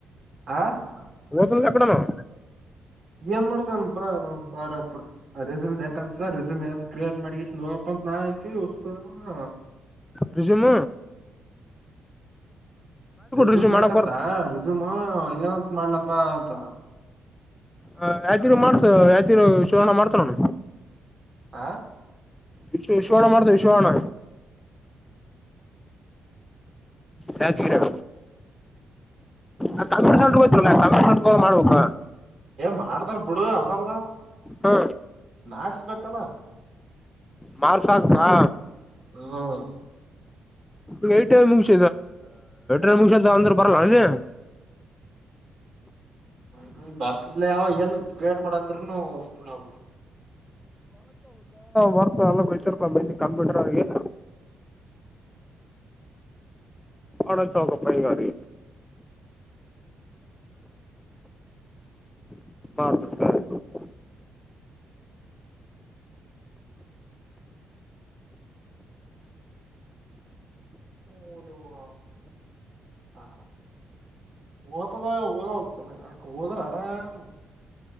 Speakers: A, on the right (about 60°); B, on the left (about 15°).
A: ಹಾ <unintelligible>
B: ಹತಂದ ಕಕಡನ <inaudible>
A: ಏನ್ ಮಾಡತನಪಾ ನ ಪ ರೆಸೂಮ್ ಬೇಕಕ್ಂತ ರೆಸೂಮ್ ಏನ್ ಕ್ರಿಯೇಟ್ ಮಾಡಿ ಹೋಗ ನಾಯಐತಿ ಉಸ್ತು ನ
B: ನಿಜುಮ
A: ರೆಿಸ್ಯೂಮ್
B: ರಿಸ್ಯೂಮ್
A: ಬೇಕಂತ
B: ಮಾಡಕ್ ಬರ್ತ
A: ರಿಸ್ಯೂಮ್ ಏನಂತ ಮಾಡ್ಲಪ್ಪಾ ಅಂತ
B: ಹ ಯಾವ್ದರು ಮಾಡ್ಸ ಯಾತಿರು ಶಿವಣ ಮಾಡ್ತಾರೋಣ
A: ಆಾ
B: ವಿಶ್ ವಿಶ್ವಣ ಮಾಡ್ತೆ ವಿಶ್ವ ಹಣ ದಾಚಗರ ಆ ಕಲ್ ಹೋ್ಲ್ಲ ಕ ಮಾಡ್ಬೇಕ
A: ಮಾಡ್ತಾರ ಬಿಡು ಅದಲ್ಲ
B: ಹ್ಮ
A: ಮ್ಯಾಕ್ಸ್ ಬೇಕಲ್ಲ
B: ಮಾರ್ಸಕ್ ಹಾ
A: ಹಾ
B: ಈಗ ಐಟ ಮುಗಸ ೈ ಮುಗಸಂತ ಅಂದ್ರೆ ಬರಲ್ಲ ನೀ
A: ಹ್ಮ ಹ್ಮ ಬರ್ತದ್ಲ ಯಾವ ಏನ್ ಕ್ರಿಯೇಟ್ ಮಾಡಂದ್ರೂನು ಒಸ್ತರು
B: ಮಂತ ಬರ್ತ ಎಲ್ಲ ಬಯಸರ್ತ ಕಂಪ್ಯೂಟ್ರ ಅವ ಒಡ ಚೌಕ ಪೈಂಗಾರಿ ಮಾಡ್ತಡ್ತ
A: ಮೂನು ಹ <inaudible> ಓ್ತದ ಹದ ಹೊಲ್ತೇನೆ ಅದಕ್ಕೆ ಹೋದ್ರ ಆರಾಮ್